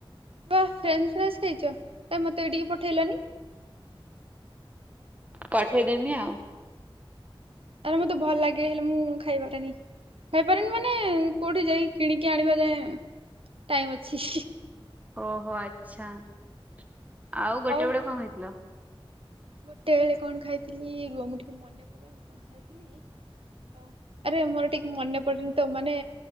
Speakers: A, on the right; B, on the right.
A: ବା ଫ୍ରେଞ୍ଚ ଫ୍ରାଇଜ୍ ଖାଇଛ ତମ୍ ମତେ ବି ଟିକେ ପଠେଇଲନି।
B: ପଠେଇଦେମି ଆଉ।
A: ଆରେ ମତେ ଭଲ ଲାଗେ ହେଲେ ମୁଁ ଖାଇବାରେନି। ଖାଇପାରନି ମାନେ କୋଉଠି ଯାଇି କିଣିକି ଆଣିବା ଯାଏ ଟାଇମ ଅଛି।
B: ଓହୋ ଆଛା ଆଉ ଗୋଟେ
A: ଆଉ
B: ଗୁଟେ ବେଳେ କଣ ହେଇଥିଲ।
A: ଗୋଟେ ବଳେ କଣ ଖାଇଥିଲି ରୁଆ ମୁଁ ଟିକେ ମନେ ପଡିବ ମୁଁ କଣ ଖାଇଥିଲି? ଓ ଆରେ ମୋର ଟିକେ ମନେ ପଡନି ତ ମାନେ